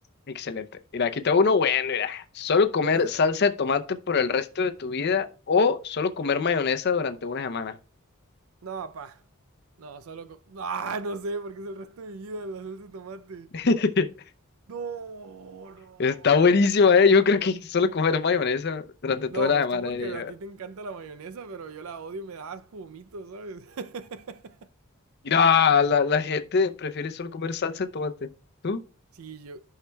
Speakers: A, on the left; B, on the right.
A: Excelente. Mira, aquí tengo uno bueno, mira. Solo comer
B: A ver.
A: salsa de tomate por el resto de tu vida o solo comer mayonesa durante una semana.
B: No, pa. No, solo con... Ah, no sé, porque es el resto de mi vida la salsa de tomate.
A: <laughs>
B: No, no.
A: Está buenísima, ¿eh? Yo creo que solo comer mayonesa durante toda
B: No,
A: la
B: pues
A: semana,
B: tú porque
A: diría
B: a
A: yo.
B: ti te encanta la mayonesa, pero yo la odio y me da asco, vomito, ¿sabes? <laughs>
A: Mira, la, la gente prefiere solo comer salsa de tomate. ¿Tú?
B: Sí, yo